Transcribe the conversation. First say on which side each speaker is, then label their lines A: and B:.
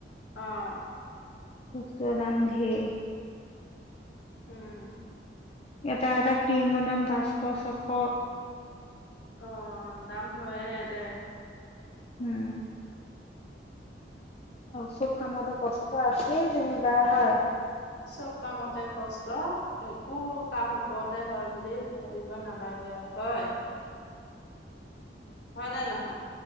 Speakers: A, on the left; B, on the left.
A: আহ
B: বস্তুৰৰ দাম ধেই।
A: উম।
B: এটা এটা কিংৰ দাম পাঁচশ ছশ।
A: অ দাম লয়ে দে।
B: উম অ চব কামতে কষ্ট আছে যেনিবা হয়।
A: চব কামতে কষ্ট একো কাম ওপৰতে হয় বুলি ভাবিব নালাগে আৰু হয়। হয় নে নহয়?